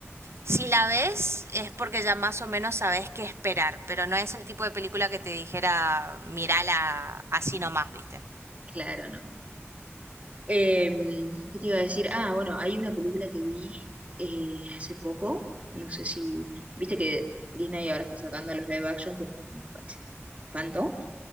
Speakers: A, on the right (about 65°); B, on the right (about 30°).
A: si la ves es porque ya más o menos sabes qué esperar, pero no es el tipo de película que te dijera, mirala así nomás, ¿viste?
B: Claro, no. Eh, ¿qué te iba a decir? Ah, bueno, hay una película que vi eh, hace poco, no sé si, viste que Disney ahora está sacando los live action, que me parece un espanto.